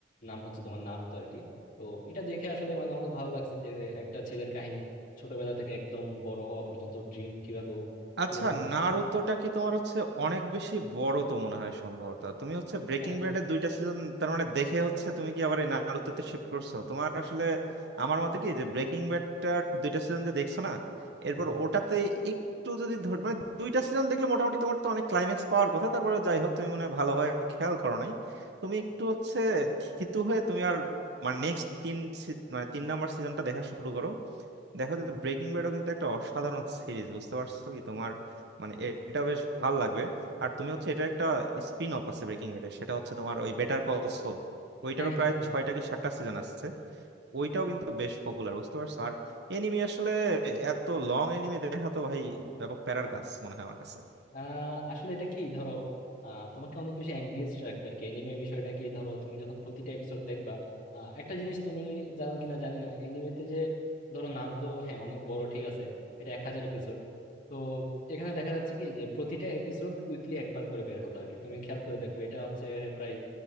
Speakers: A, on the left; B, on the right.
A: নাম হচ্ছে তোমার নারুতো আর কি তো এটা দেখে আসলে মানে অনেক ভালো লাগছে যে একটা ছেলের কাহিনী ছোটবেলা থেকে একদম বড় হওয়া পর্যন্ত ড্রিম কিভাবে ও
B: আচ্ছা
A: পূরণ করতে
B: নারুতোটা
A: পেরেছে।
B: কি তোমার হচ্ছে অনেক বেশি বড় তো মনে হয় সম্ভবত তুমি হচ্ছে ব্রেকিং
A: হ্যাঁ হ্যাঁ
B: ব্যাডের দুইটা সিজন তার মানে দেখে হচ্ছে তুমি কি আবার এই নারুতোতে শিফট করছো তোমার আসলে আমার মতে কি যে ব্রেকিং ব্যাডটার দুইটা সিজন যে দেখছো না এরপর
A: হুম,
B: ওটাতে একটু যদি ধর মানে দুইটা সিজন দেখলে মোটামুটি তোমার তো অনেক ক্লাইম্যাক্স পাওয়ার কথা তারপরে যাই হোক তুমি মনে হয় ভালোভাবে খেয়াল করো নাই তুমি একটু হচ্ছে থিতু হয়ে তুমি আর মানে নেক্সট তিন সি- মানে তিন নাম্বার সিজনটা দেখা শুরু করো দেখো যে ব্রেকিং ব্যাডও কিন্তু একটা অসাধারণ সিরিজ বুঝতে পারছো কি তোমার মানে এ- এটা বেশ ভাল লাগবে আর তুমি হচ্ছে এটা একটা স্পিন অফ আছে ব্রেকিং ব্যাডের সেটা হচ্ছে তোমার
A: আচ্ছা।
B: ওই বেটার কল সল ওইটারও
A: হ্যাঁ
B: প্রায়
A: হ্যাঁ হ্যাঁ
B: ছয়টা কি সাতটা সিজন আছে ওইটাও কিন্তু বেশ পপুলার বুঝতে পারছো আর এনিমি আসলে এত লং এনিমি দেখা তো ভাই ব্যাপক প্যারার কাজ মনে হয় আমার কাছে
A: আহ আসলে এটা কি ধরো আহ তোমাকে অনেক বেশি এঙ্গেজ রাখবে আর কি এনিমে বিষয়টা কি ধরো তুমি যখন প্রতিটা এপিসোড দেখবা আহ, একটা জিনিস তুমি জানো কিনা জানি না এনিমেতে যে ধরো নারুতো হ্যাঁ অনেক বড় ঠিক আছে এটা এক হাজার এপিসোড তো এখানে দেখা যাচ্ছে কি যে প্রতিটা এপিসোড উইকলি একবার করে বের হতো আর কি তুমি খেয়াল করে দেখো এটা হচ্ছে প্রায়